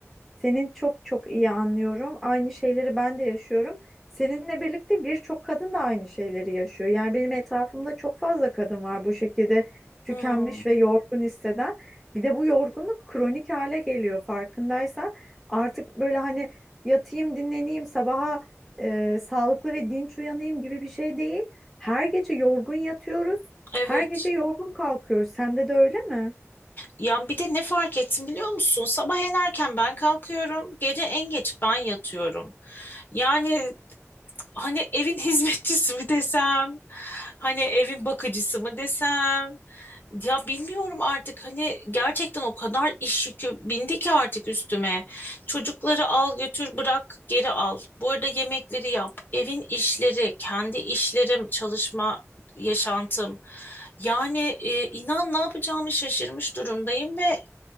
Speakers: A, in the centre; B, on the left (about 40°).
A: senin çok çok iyi anlıyorum. Aynı şeyleri ben de yaşıyorum. Seninle birlikte birçok kadın da aynı şeyleri yaşıyor. Yani benim etrafımda çok fazla kadın var bu şekilde tükenmiş
B: Hmm,
A: ve yorgun hisseden. Bir de bu yorgunluk kronik hale geliyor farkındaysan. Artık böyle hani yatayım dinleneyim sabaha e, sağlıklı ve dinç uyanayım gibi bir şey değil. Her gece yorgun yatıyoruz.
B: evet.
A: Her gece yorgun kalkıyoruz. Sende de öyle mi?
B: Ya bir de ne fark ettim biliyor musun? Sabah en erken ben kalkıyorum, gece en geç ben yatıyorum. Yani hani evin <laughs> hizmetçisi mi desem, hani evin bakıcısı mı desem. Ya bilmiyorum artık hani gerçekten o kadar iş yükü bindi ki artık üstüme. Çocukları al götür bırak geri al. Bu arada yemekleri yap. Evin işleri, kendi işlerim, çalışma yaşantım. Yani e, inan ne yapacağımı şaşırmış durumdayım ve